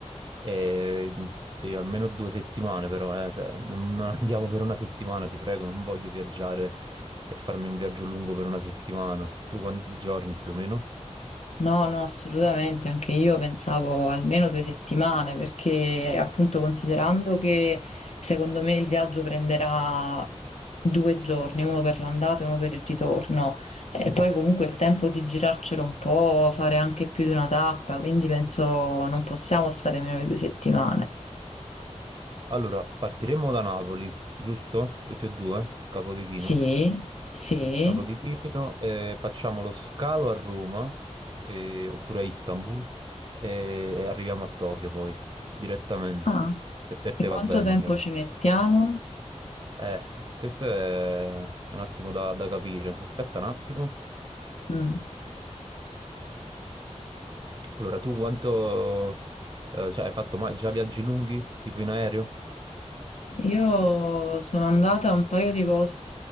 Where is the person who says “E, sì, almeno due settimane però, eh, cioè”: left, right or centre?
Right